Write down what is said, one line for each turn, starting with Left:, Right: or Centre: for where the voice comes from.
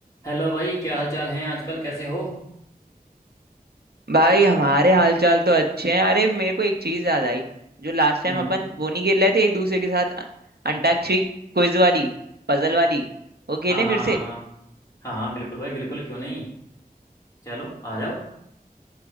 Left: Hello भाई क्या हाल चाल हैं आजकल कैसे हो
Right: भाई हमारे हालचाल तो अच्छे हैं अरे मेरे को एक चीज याद आई जो लास्ट टाइम
Left: हम्म
Right: अपन वो नहीं खेल रहे थे एक दूसरे के साथ अ- अंताक्षरी क्विज वाली पजल वाली वो
Left: हाँ
Right: खेलें
Left: हाँ
Right: फिर से
Left: हाँ हाँ हाँ हाँ बिल्कुल भाई बिल्कुल क्यों नहीं चलो आ जाओ